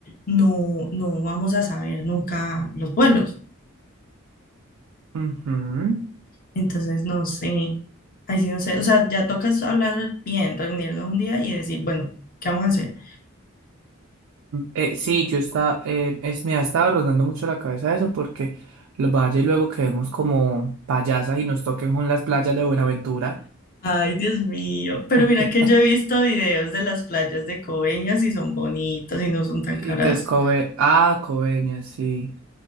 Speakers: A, on the left (about 45°); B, on the right (about 85°).
A: no, no vamos a saber nunca los vuelos.
B: Ujú.
A: Entonces, no sé, ahí sí no sé, o sea, ya toca es hablar bien, reunirnos un día y decir, bueno, ¿qué vamos a hacer?
B: Eh, sí, yo está, eh, es, me ha estado rondando mucho la cabeza eso porque los valles luego quedemos como payasas y nos toquen con las playas de Buenaventura.
A: Ay, Dios mío. Pero
B: <laughs>
A: mira que yo he visto videos de las playas de Coveñas y son bonitas y no son tan
B: Y
A: caras.
B: que es Kobe. Ah, Coveñas, sí.